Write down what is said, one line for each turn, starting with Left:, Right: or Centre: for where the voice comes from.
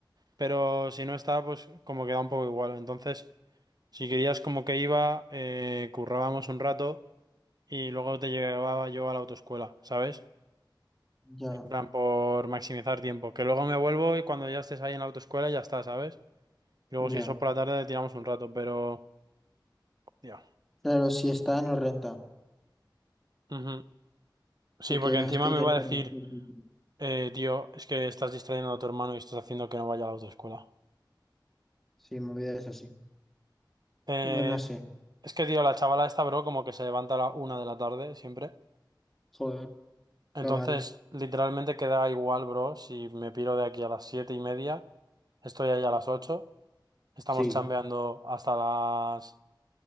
Right: pero si no está, pues como queda un poco igual. Entonces, si querías como que iba, eh, currábamos un rato y luego te llevaba yo a la autoescuela, ¿sabes?
Centre: Ya,
Right: En plan, por maximizar tiempo. Que luego me vuelvo y cuando ya estés ahí en la autoescuela ya está, ¿sabes? Luego,
Centre: ya.
Right: si eso por la tarde, tiramos un rato, pero. Ya.
Centre: Claro, si está, no renta.
Right: Ujú. Sí,
Centre: De
Right: porque
Centre: que más
Right: encima
Centre: podría
Right: me va
Centre: estar
Right: a decir,
Centre: despierto. y
Right: eh, tío, es que estás distrayendo a tu hermano y estás haciendo que no vaya a la autoescuela.
Centre: Sí, movidas así.
Right: Eh,
Centre: Bueno, no sé.
Right: es que, tío, la chavala esta, bro, como que se levanta a la una de la tarde siempre.
Centre: Joder, está
Right: Entonces,
Centre: mal.
Right: literalmente queda igual, bro, si me piro de aquí a las siete y media, estoy ahí a las ocho, estamos
Centre: Sí.
Right: chambeando hasta las